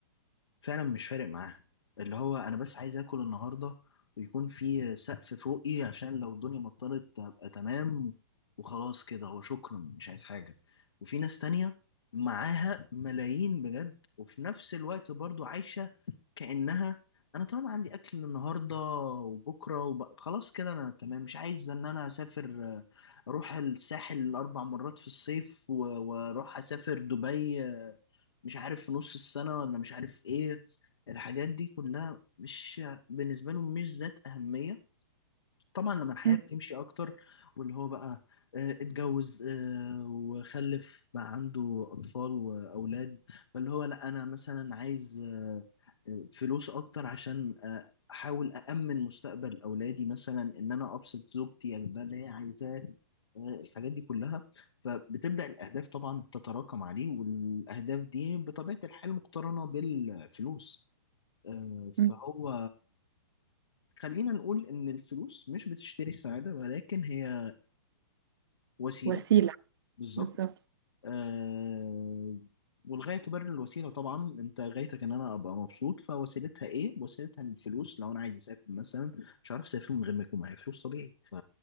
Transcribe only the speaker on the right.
مم.
مم.
وسيلة
بالظبط